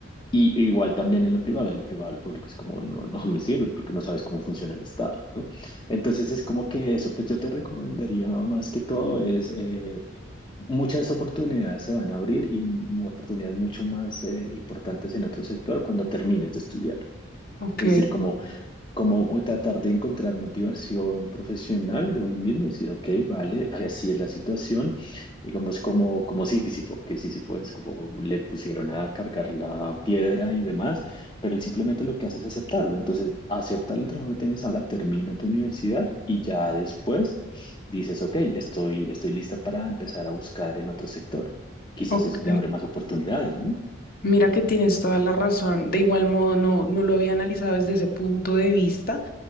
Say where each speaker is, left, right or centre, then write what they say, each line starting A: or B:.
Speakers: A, on the left; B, on the left.
A: Y e igual también en lo privado, en lo privado, lo público es como, no, no me sirve porque no sabes cómo funciona el Estado, ¿no? Entonces es como que eso, pues yo te recomendaría más que todo es, eh, muchas oportunidades se van a abrir y mu- oportunidades mucho más eh, importantes en otro sector cuando termines de estudiar.
B: ok,
A: Es decir, como como tratar de encontrar motivación profesional de uno mismo y decir, ok, vale, así es la situación, digamos como, como Sísifo, que Sísifo es como le pusieron a cargar la piedra y demás, pero él simplemente lo que hace es aceptarlo, entonces acepta el trabajo que tienes ahora, termina tu universidad y ya después dices, ok, estoy, estoy lista para empezar a buscar en otro sector. Quizás
B: ok.
A: eso te abre más oportunidades, ¿no?
B: Mira que tienes toda la razón. De igual modo, no, no lo había analizado desde ese punto de vista.